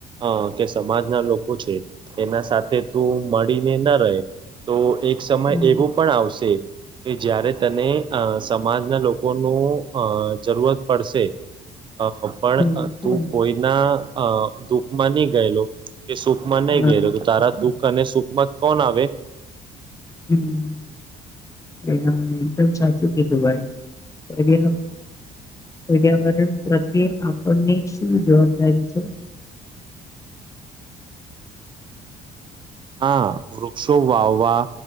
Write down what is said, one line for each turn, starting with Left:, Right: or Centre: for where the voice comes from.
Right: અ કે સમાજના લોકો છે. એના સાથે તું મળીને ન રહે તો એક સમય
Left: હમ
Right: એવું પણ આવશે કે જય્યારે તને અ સમાજના લોકોનું અ જરૂરત પડશે.
Left: <inaudible>
Right: અ પણ
Left: હમ તો
Right: તું કોઈના અ દુઃખમાં નહી ગયેલો કે સુખમાં નહી
Left: હા
Right: ગ તારા દુઃખ અને સુખમાં કોણ આવે?
Left: હમ્મ એ હા એકદમ સાચું દુબાઈ <unintelligible> પર્યાવરણ પ્રત્યે આપણની શું જવાબદારી છે? <inaudible>
Right: હા વૃક્ષો વાવવા